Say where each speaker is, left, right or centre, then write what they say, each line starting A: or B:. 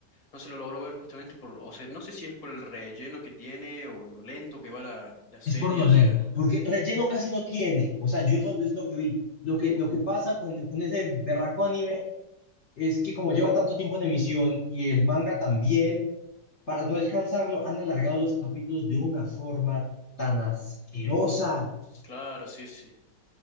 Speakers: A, on the left; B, on the left.
A: no se lo logró ver justamente por, o sea, no sé si es por el relleno que tiene o lo lento que va la, la serie,
B: Es por lo
A: o
B: lento,
A: sea,
B: porque relleno casi no tiene. O sea, yo eso es lo que vi. Lo que, lo que pasa con, con ese berraco anime es que como lleva tanto tiempo en emisión y el manga también, para no alcanzarlo, han alargado los capítulos de una forma tan asquerosa.
A: claro, sí, sí.